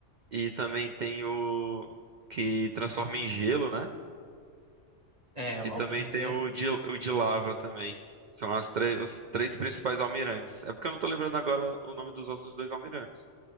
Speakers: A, on the right; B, on the right.
A: E também tem o que transforma em gelo, né?
B: É, o
A: E também
B: Aokiji,
A: tem
B: é,
A: o de, o de lava também. São as três, os três principais almirantes. É porque eu não tô lembrando agora o nome dos outros dois almirantes.